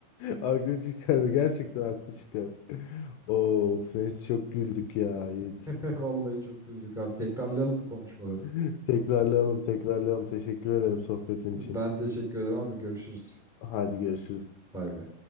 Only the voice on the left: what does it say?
Haklı çıkar gerçekten haklı çıkar. Of neyse çok güldük ya Yiğit.
<laughs> Tekrarlayalım, tekrarlayalım. Teşekkür ederim sohbetin
için.
Haydi görüşürüz.